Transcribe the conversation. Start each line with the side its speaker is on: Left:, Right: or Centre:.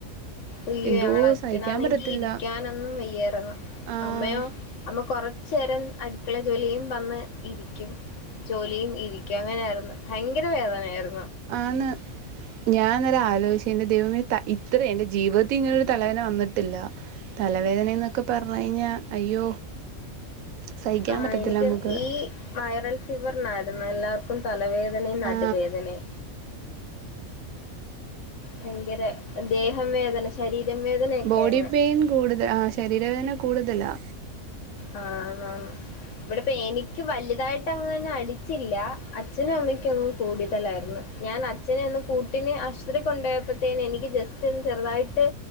Left: അയ്യൊഞങ്ങളച്ഛനാന്നെങ്കി
Right: എന്തോ സഹിക്കാൻ പറ്റത്തില്ല
Left: ഇരിക്കാനൊന്നും വയ്യാർന്ന്
Right: ആ
Left: അമ്മയോ അമ്മ കൊറച്ചേരം അടി മക്കളെ ജോലിയും വന്ന് ഇരിക്കും ജോലിയും ഇരിക്കും അങ്ങനെയാര്ന്ന് ഭയങ്കര വേദനയായിര്
Right: ആന്ന് ഞാനരാ ആലോചി എന്റെ ദൈവമേ ത ഇത്റിം എന്റെ ജീവിതത്തി ഇങ്ങനൊര് തലവേന വന്നിട്ടില്ല തലവേദനെന്നൊ ക്കെ പറഞ്ഞഴിഞ്ഞാ അയ്യോ സഹിക്കാൻ
Left: ആ
Right: പറ്റത്തില്ല
Left: എനിക്ക്
Right: നമുക്ക്
Left: ഈ വൈറൽ ഫീവറിനാ ന്നെല്ലാർക്കും തലവേ ദനേം നടുവേദനേം
Right: ആ
Left: ഭയങ്കര ദേഹം വേദന ശരീരം വേദനയൊക്കെ
Right: ബോഡി
Left: അങ്ങ്
Right: പെയിൻ കൂടുത ആ ശരീരവേദന കൂടുതലാ
Left: ആ ന്നാ ന്ന് ഇവിടപ്പ എനിക്ക് വല്തായിട്ടങ്ങ ന അടിച്ചില്ല അച്ഛനും അമ്മയ്ക്കും അങ്ങ് കൂടുതലായിരുന്ന് ഞാൻ അച്ഛനെ ഒന്ന്കൂട്ടിന് ആശുത്രി കൊണ്ടൊയപ്പത്തേന് എനിക്ക് ജസ്റ്റ് ഒന്ന് ചെറുതായിട്ട്